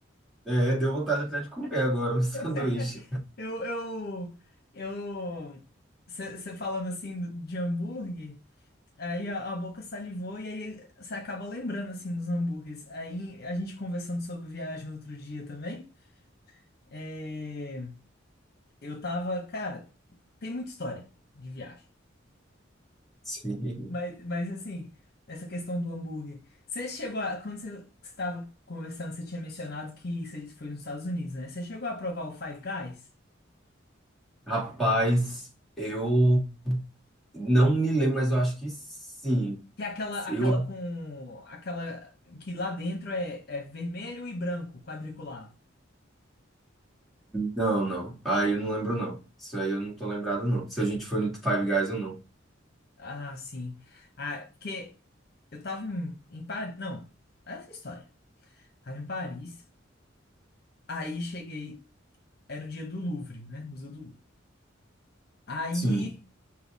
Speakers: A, in the centre; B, on the left.
A: É, deu vontade até de comer agora um <laughs> sanduíche.
B: <laughs> Eu, eu, eu, você falando assim do- de hambúrguer, aí a, a boca salivou e aí você acaba lembrando assim dos hambúrgueres. Aí a gente conversando sobre viagem outro dia também, é, eu tava, cara, tem muita história de viagem,
A: Sim.
B: mas, mas assim, essa questão do hambúrguer. Você chegou a, quando você estava conversando, você tinha mencionado que você foi nos Estados Unidos, né? Você chegou a provar o Five Guys?
A: Rapaz, eu não me lembro, mas eu acho que sim.
B: Que é aquela, aquela
A: Eu...
B: com. Aquela que lá dentro é, é vermelho e branco, quadriculado.
A: Não, não. Aí eu não lembro, não. Isso aí eu não tô lembrado, não. Se a gente foi no Five Guys ou não.
B: Ah, sim. Ah, porque eu tava em, em Paris. Não, essa é a história. Tava em Paris. Aí cheguei. Era o dia do Louvre, né? Museu do Louvre. Aí
A: Sim.